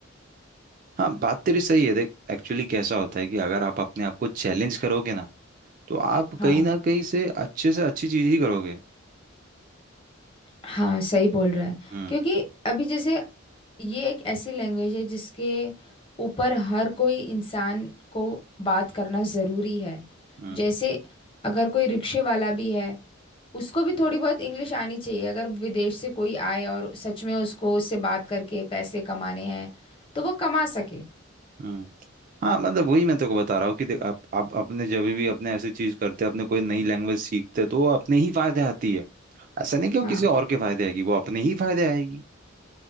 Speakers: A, on the right; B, on the left.
A: हाँ बात तेरी सही है देख एक्चुअली कैसा होता है कि अगर आप अपने आप को चैलेंज करोगे ना तो आप
B: हाँ
A: कहीं ना कहीं से अच्छे से अच्छी चीज ही करोगे
B: हाँ सही बोल रहा है
A: हम्म
B: क्योंकि अभी जैसे ये एक ऐसी लैंग्वेज है जिसके ऊपर हर कोई इंसान को बात करना ज़रूरी है
A: हम्म
B: जैसे अगर कोई रिक्शे वाला भी है उसको भी थोड़ी बहुत इंग्लिश आनी चाहिए अगर विदेश से कोई आए और सच में उसको उससे बात करके पैसे कमाने हैं तो वो कमा सके
A: हम्म हाँ मतलब वही मैं तेरे को बता रहा हूँ कि देख आप आप अपने जब भी अपने ऐसी चीज करते हैं अपने कोई नई लैंग्वेज सीखते हैं तो वो अपने ही फायदे आती है ऐसा नहीं कि वो
B: हाँ
A: किसी और के फायदे आएगी वो अपने ही फायदे आएगी